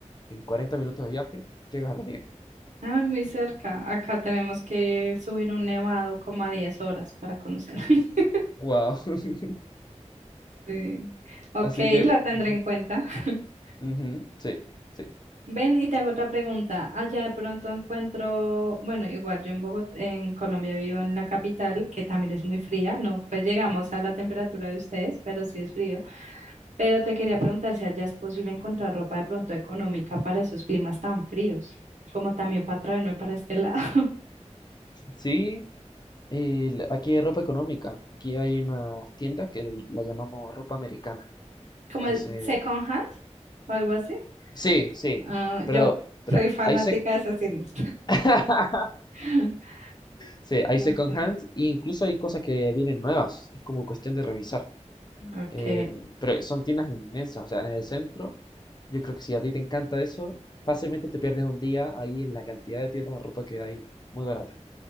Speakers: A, on the left (about 35°); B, on the right (about 85°).
A: en 40 minutos de viaje, llegas a la nieve.
B: ah, muy cerca. Acá tenemos que subir un nevado como a 10 horas para conocerlo. <laughs>
A: Wow. <laughs>
B: Sí. Ok,
A: Así que,
B: la tendré
A: ujú,
B: en cuenta. <laughs>
A: ujú, sí, sí.
B: Ven y te hago otra pregunta. Allá de pronto encuentro, bueno, igual yo en Bogotá, en Colombia vivo en la capital, que también es muy fría, no, pues llegamos a la temperatura de ustedes, pero sí es frío. Pero te quería preguntar si allá es posible encontrar ropa de pronto económica para esos climas tan fríos, como también para traerme para este lado, <laughs>
A: Sí, eh, la- aquí hay ropa económica. Aquí hay unas tiendas que l- la llamamos ropa americana.
B: como
A: Entonces,
B: el second hand o algo así.
A: sí, sí.
B: Ah,
A: Pero,
B: yo soy
A: pero
B: fanática
A: hay sec
B: de esas tiendas.
A: <laughs>
B: <laughs>
A: sí, hay second
B: Okay,
A: hand. E incluso hay cosas que vienen nuevas. Es como cuestión de revisar.
B: ok.
A: Eh, pero son tiendas inmensas, o sea, en el centro, yo creo que si a ti te encanta eso, fácilmente te pierdes un día ahí en la cantidad de tiendas de ropa que hay, muy barata.